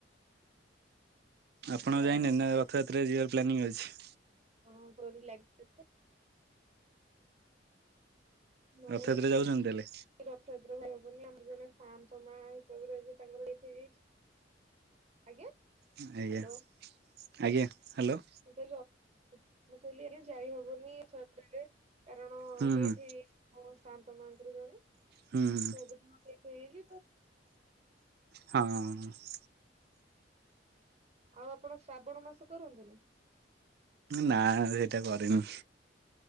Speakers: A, on the right; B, on the right.
A: ଆପଣ
B: ଆଚ୍ଛା
A: ଯାଇନାହାନ୍ତି
B: ହଉ
A: ନା ରଥଯାତ୍ରାରେ ଯିବାର ପ୍ଲାନିଂ ଅଛି?
B: ହଁ ଡୋରି ଲାଗିଲେ ତ। ନାଇଁ
A: ରଥଯାତ୍ରାରେ ଯାଉଛନ୍ତି ତାହେଲେ?
B: ରଥଯାତ୍ରା କୁ ଯାଇ ହବନି ଆମର ଜଣେ ସାଆନ୍ତ ମା ହିସାବରେ ଏବେ ତାଙ୍କର ଡେଥ୍ ହେଇଯାଇଛି। ଆଜ୍ଞା
A: ଆଜ୍ଞା,
B: ହ୍ୟାଲୋ।
A: ଆଜ୍ଞା ହ୍ୟାଲୋ।
B: ମୁଁ ଅ ମୁଁ କହିଲି ଆଜ୍ଞା ଯାଇହବନି ରଥଯାତ୍ରାରେ। କାରଣ
A: ହୁଁ
B: ଡେଥ୍
A: ହୁଁ
B: ହେଇଯାଇଛି ମୋ ଶାନ୍ତମାଙ୍କର ଜଣେ।
A: ହୁଁ ହୁଁ।
B: ସେ ଏବେ
A: ହଁ
B: ଆଉ ଆପଣ ଶ୍ରାବଣ ମାସ କରନ୍ତିନି?
A: ନା, ସେଇଟା କରେନି।